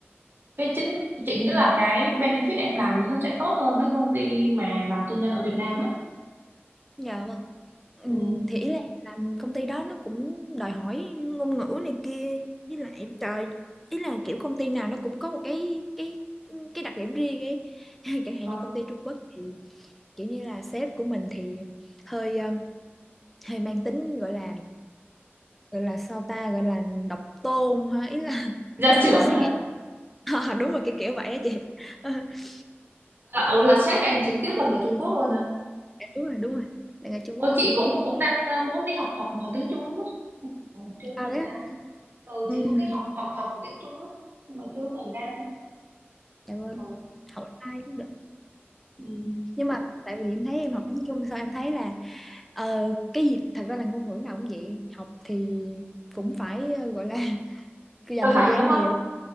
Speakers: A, on the right; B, in the centre.
A: cái chính chị nghĩ là cái benefit em làm nó sẽ tốt hơn mấy công ty mà làm tư nhân ở Việt Nam á
B: dạ vâng Ừm,
A: ừ.
B: thì ý là làm công ty đó nó cũng đòi hỏi ngôn ngữ này kia với lại trời ý là kiểu công ty nào nó cũng có một cái cái cái đặc điểm riêng ấy <laughs> chẳng hạn
A: Ờ.
B: như công ty Trung Quốc thì kiểu như là sếp của mình thì hơi um, hơi mang tính gọi là gọi là sao ta gọi là độc tôn ha ý là
A: gia
B: <laughs>
A: trưởng
B: chỉ suy
A: hả?
B: nghĩ <laughs> Ờ, đúng rồi kiểu kiểu vậy á chị <laughs>
A: À, ồ là sếp em trực tiếp là người Trung Quốc luôn hả?
B: Dạ, đúng rồi đúng rồi đang ở Trung
A: Ô
B: Quốc
A: chị cũng cũng đang ờ, muốn đi học học học tiếng Trung lắm á Ừ, chưa
B: à
A: thời
B: đấy á.
A: gian đó. Ừ,
B: Ừ,
A: chị
B: <laughs> ừ,
A: cũng thích học học
B: ừ.
A: học và tiếng Trung lắm nhưng mà chưa thời gian đó
B: dạ vâng
A: ừ.
B: học ai cũng được
A: Ừ.
B: nhưng mà tại vì em thấy em học tiếng Trung sao em thấy là ờ, cái gì thật ra là ngôn ngữ nào cũng vậy học thì cũng phải ờ, gọi là <laughs> cứ dành
A: Thực
B: thời
A: hành
B: gian
A: đúng không?
B: nhiều